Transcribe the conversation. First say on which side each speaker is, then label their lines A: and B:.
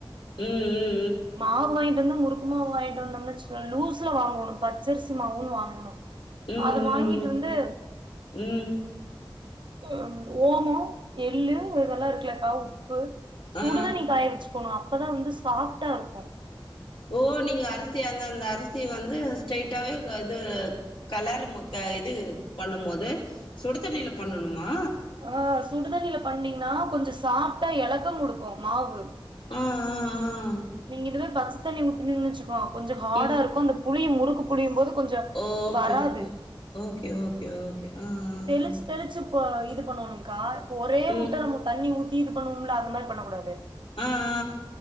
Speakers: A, on the left; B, on the right.
A: ம் ம்
B: மாவு வாய்ன்ட் வந்து முறுக்கு மாவு வாய்ன்ட் வந்தோன் வெச்சிக்கோ லூஸ்ல வாங்கணு பச்சரிசி மாவுன் வாங்க ணு
A: ம் ம்
B: அது வாங்கிட்டு
A: ம்
B: வந்து
A: ம் ம்
B: ஒ ம் ஓமோ எள்ளு இதெல்லா இருக்குலக்கா உப்பு சுடுதண்ணி
A: ஆ
B: காய வெச்சு க்கணு அப்பதா வந்து சாஃப்டா இருக்கு
A: ஓ நீங்க அரிசி அந்தந்த அரிசி வந்து ஸ்ட்ரைட்டாவே க இது கலர் மொக்க இது பண்ணும்மோது சுடுதண்ணில பண்ணணுமா
B: ஆ சுடுதண்ணில பண்ணீங்னா கொஞ்சோ சாஃடா எலக்கங் குடுக்கு மாவு
A: ஆ ஆ ஆ
B: நீங் இதுவே பச்ச தண்ணி ஊத்துனீங்னு வெச்சு கோ கொஞ்சோ ஹாடா
A: ம்
B: இருக்கு அந்த புளிய முறுக்கு புளியும் போது கொஞ்ச
A: ஓகே
B: வராது
A: ஓகே ஓகே ஓ கே ஓகே ஆ ஆ ஆ
B: தெளிச்சு தெளிச்சு ப இது பண்ணனுன்கா இப்போ ஒரே
A: ம்
B: முட்ட நம்ம தண்ணி ஊத் தி இது பண்வோம்லா அந்த மாரி பண்ணக்கூடாது
A: ஆ ஆ